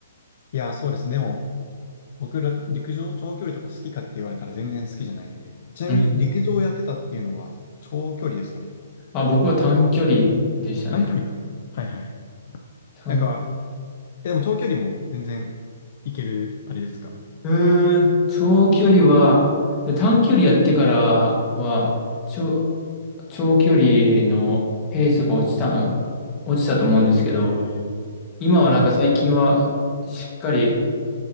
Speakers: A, on the left; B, on the left.
A: いや、そうですね。でも、僕ら、陸上長距離とか好きかって言われたら全然好きじゃないんで。ちなみに、
B: うん。
A: 陸上をやってたっていうのは、長距離ですかね。
B: あ、僕は短距離でしたね。
A: 短距離か。はいはい。
B: 短
A: なんか、え、でも長距離も全然いける、あれですか。
B: うーん、長距離は、で短距離やってからは、長、長距離のペースが落ちた、落ちたと思うんですけど、
A: えー、
B: 今はなんか最近は、
A: はい、
B: しっかり、